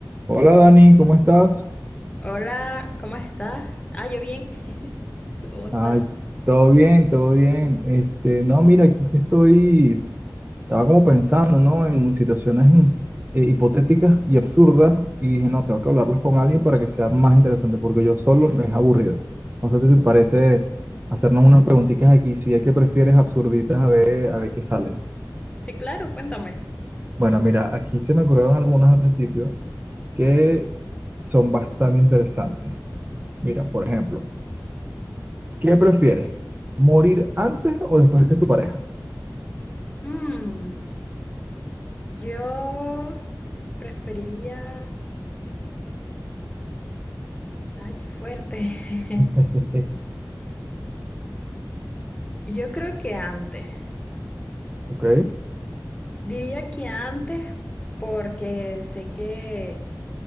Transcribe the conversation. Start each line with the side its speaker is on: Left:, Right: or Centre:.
Right: Hola Dani, ¿cómo estás?
Left: Hola, ¿cómo estás? Ah, yo bien. <laughs> ¿Tú cómo estás?
Right: Ay, todo bien, todo bien. Este, no, mira, aquí que estoy, estaba como pensando, ¿no? En situaciones eh, hipotéticas y absurdas y dije, no, tengo que hablarlos con alguien para que sea más interesante, porque yo solo no es aburrido. No sé si te parece hacernos unas preguntitas aquí, si hay que prefieres absurditas, a ver, a ver qué sale.
Left: Sí, claro, cuéntame.
Right: Bueno, mira, aquí se me ocurrieron algunas al principio que son bastante interesantes. Mira, por ejemplo. ¿Qué prefieres? ¿Morir antes o después que tu pareja?
Left: Mm, yo preferiría... Ay, qué fuerte. <laughs>
Right: <laughs>
Left: Yo creo que antes.
Right: Ok,
Left: Diría que antes porque sé que